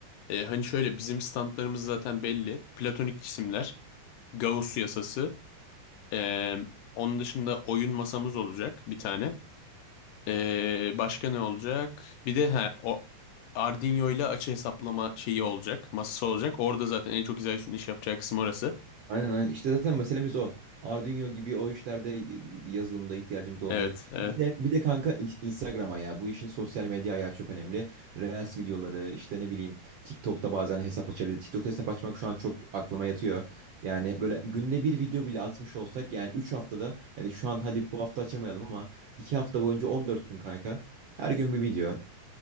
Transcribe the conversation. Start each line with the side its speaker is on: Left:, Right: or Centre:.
Left: Ee, hani şöyle bizim standlarımız zaten belli. Platonik cisimler, Gauss yasası. ee, onun dışında oyun masamız olacak bir tane. Ee, başka ne olacak? Bir de he, o Arduino ile açı hesaplama şeyi olacak. Masası olacak. Orada zaten en çok İzahi'nin iş yapacağı kısım orası.
Right: Aynen aynen. İşte zaten meselemiz o. Arduino gibi o işlerde e, yazılımda ihtiyacımız olacak.
Left: Evet, evet.
Right: Bir de bir de kanka in- Instagram'a ya. Bu işin sosyal medya ayağı çok önemli. Reels videoları işte ne bileyim TikTok'ta bazen hesap açabiliriz. TikTok'ta hesap açmak şu an çok aklıma yatıyor. Yani böyle günde bir video bile atmış olsak yani 3 haftada yani şu an hadi bu hafta açamayalım ama 2 hafta boyunca 14 gün kanka. Her gün bir video.